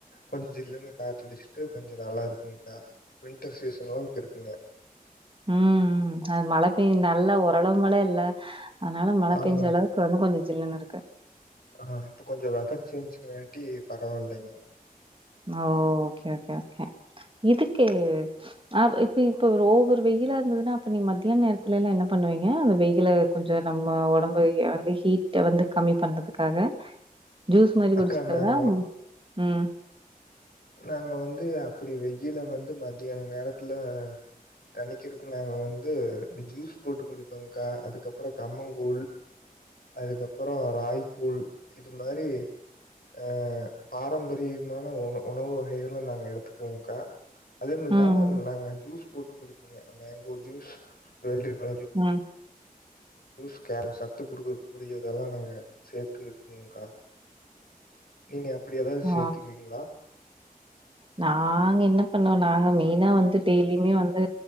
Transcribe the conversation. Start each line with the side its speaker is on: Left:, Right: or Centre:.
Left: கொஞ்சோ ஜில்லுன்னு காத்தடிச்சுட்டு கொஞ்சோ நல்லாருக்குங்கா வின்டர் சீசனளவுக்கு இருக்குங்க
Right: ம் ம் அது மழ பேய் நல்ல ஓரளவு மழயில்ல அதனால மழ
Left: ஆமாங்க
Right: பேஞ்ச அளவுக்கு வந்து கொஞ்சோ ஜில்லுன்னு இருக்
Left: ஆ இப்போ கொஞ்சோ வெதர் சேன்ஜ் காட்டி பரவால்லைங்க
Right: அ ஓகே ஓகே ஓகே இதுக்கு ஆ இப் ப்பி இப்போ ஒரு ஓவர் வெயிலா இருந்ததுனா அப்ப நீங்க மத்தியான நேர்த்தலெல்லா என்ன பண்ணுவீங்க அந்த வெயில கொஞ்சோ நம்ம ஒடம்பு வந்து ஹீட்ட வந்து கம்மி பண்றது க்காக ஜூஸ் மாரி
Left: அக்கா
Right: குடிச்சுக்கறதா
Left: நாங்க
Right: ம்
Left: நாங்க வந்து அப்படி வெயில வந்து மத்தியான நேரத்துல தணிக்கிறதுக்கு நாங்க வந்து ஜூஸ் போட்டு குடிப்போங்கா அதுக்கப்புறோ கம்மங்கூழ் அதுக்கப்புறோ ராயிகூழ் இது மாரி ஆ பாரம்பரிய மான உண் உணவு வகைகள் நாங்க எடுத்துக்கோவோங்கா அதுன்னுல்லாம
Right: ம்,
Left: நாங்க ஜூஸ் போட்டு குடிப்போங்க மேங்கோ ஜூஸ் வெள்ரி பழோ ஜூஸ்
Right: ம்
Left: ஜூஸ் கேரட் சத்து குடுக்க கூடியதெல்லா நாங்க சேத்துக்குவோங்கா நீங்க அப்படி ஏதாவது
Right: ஆ.
Left: சேத்துக்கிவீங்களா
Right: நாங்க என்ன பண்ணுவோ நாங்க மெயினா வந்து டெய்லியுமே வந்து